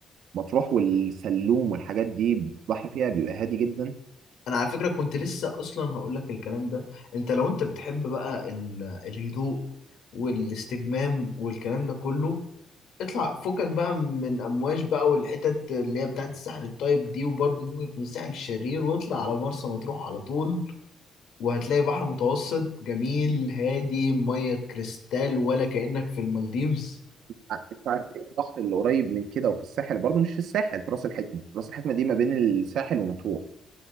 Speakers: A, on the right (about 75°); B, on the left (about 80°).
A: مطروح والسلوم والحاجات دي البحر فيها بيبقى هادي جدا
B: انا على فكره كنت لسه اصلا هقول لك الكلام ده انت لو انت بتحب بقى ال- الهدوء والاستجمام والكلام ده كله اطلع فكك بقى من امواج بقى والحتت اللي هي بتاعت الساحل الطيب دي وبرضه فكك من الساحل الشرير واطلع على مرسى مطروح على طول وهتلاقي بحر متوسط جميل هادي ميه كريستال ولا كأنك في المالديفز
A: ع- انت عارف إيه البحر اللي قريب من كده وفي الساحل برضو مش في الساحل في راس الحكمة راس الحكمة دي ما بين الساحل ومطروح